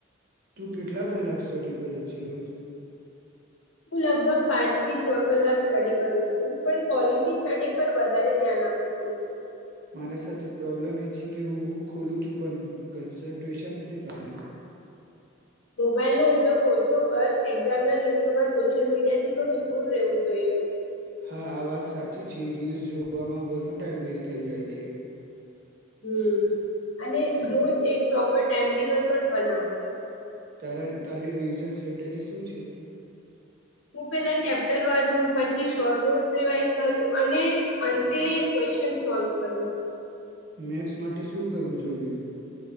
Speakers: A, on the right; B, on the left.
A: તું કેટલા કલાક સ્ટડી કરે છે રોજ
B: હું લગભગ પાંચ થી છ કલાક સ્ટડી કરું છું પણ ક્વોલિટી સ્ટડી પર વધારે ધ્યાન આપું છું
A: મારા સાથે પ્રોબ્લેમ એ છે કે હું બુક ખોલું છું પણ કન્સન્ટ્રેશન નથી થતું
B: મોબાઈલ નો ઉપયોગ ઓછો કર એક્ઝામ ના દિવસોમાં સોશિયલ મીડિયા થી થોડું દૂર રહેવું જોઈએ
A: હા આ વાત સાચી છે રીલ્સ જોવામાં ઘણ ટાઈમ વેસ્ટ થઈ જાય છે
B: હમ અને રોજ એક પ્રોપર ટાઈમટેબલ પણ બનાવ
A: તારા તારી રિવઝન સ્ટ્રેટેજી શું છે
B: હું પેલા ચેપ્ટર વાંચું પછી શોર્ટ નોટ્સ રિવાઈઝ કરું અને અંતે ક્વેશચન સોલ્વ કરું
A: મેક્સ માટે શું કરવું જોઈએ